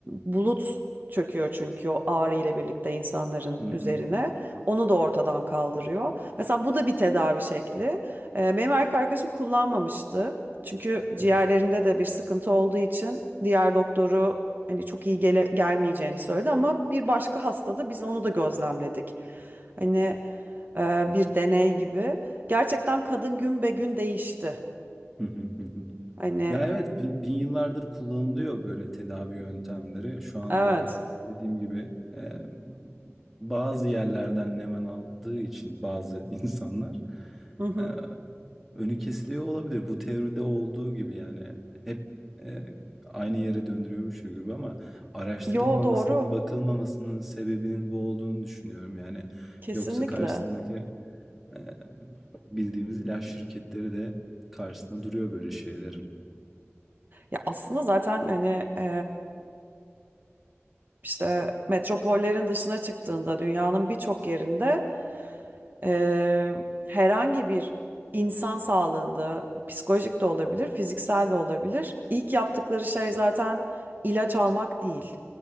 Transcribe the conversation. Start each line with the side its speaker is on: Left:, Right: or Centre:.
Right: bulut çöküyor çünkü o ağrı ile birlikte insanların
Centre: Hı hı.
Right: üzerine. Onu da ortadan kaldırıyor. Mesela bu da bir tedavi şekli. Ee, Benim erkek arkadaşım kullanmamıştı. Çünkü ciğerlerinde
Centre: Hı hı.
Right: de bir sıkıntı olduğu için diğer doktoru hani çok iyi gele- gelmeyeceğini söyledi ama bir başka hastada biz onu da gözlemledik. Hani e, bir deney gibi. Gerçekten kadın gün be gün değişti.
Centre: Hı hı. Hı hı.
Right: Hani
Centre: Ya evet bin, bin yıllardır kullanılıyor böyle tedavi yöntemleri. Şu anda
Right: evet.
Centre: dediğim gibi e, bazı yerlerden nemen aldığı için bazı <laughs> insanlar
Right: Hı hı.
Centre: e, önü kesiliyor olabilir. Bu teoride olduğu gibi yani hep e, aynı yere döndürüyormuş gibi ama araştırılmamasının,
Right: Yo doğru.
Centre: bakılmamasının sebebinin bu olduğunu düşünüyorum. Yani
Right: Kesinlikle.
Centre: yoksa karşısındaki Eee, bildiğimiz ilaç şirketleri de karşısında duruyor böyle şeylerin.
Right: Ya aslında zaten hani e, işte metropollerin dışına çıktığında dünyanın birçok yerinde Eee, herhangi bir insan sağlığında psikolojik de olabilir, fiziksel de olabilir. İlk yaptıkları şey zaten ilaç almak değil.